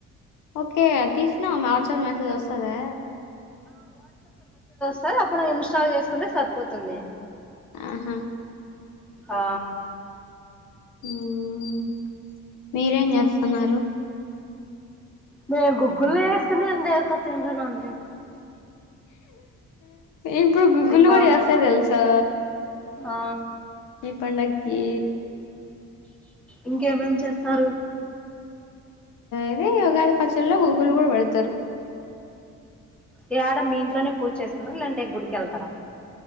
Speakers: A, on the left; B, in the centre.
A: ఓకే తీసినావ వాట్సాప్ మెసేజ్ వస్తదా
B: సరే అప్పుడు ఇన్స్టాల్ చేసుకుంటే సరిపోతుంది
A: ఆహా
B: ఆ
A: ఉమ్ మీరేం చేస్తున్నారు
B: మే గుగ్గులు ఏసుకొని ఏరుకొని తింటున్నాను ఏ
A: ఇప్పుడు గుగ్గులు
B: కామన్
A: గుడా ఎస్తరు తెలుసా
B: ఆ
A: ఈ పండక్కి
B: ఇంకేమేం చేస్తారు
A: ఇదే ఉగాది పచ్చలో గుగ్గులు కూడా పెడతారు
B: యాడ మీ ఇంట్లోనే పూజ చేస్తారా లేదంటే గుడికి ఏళ్తారా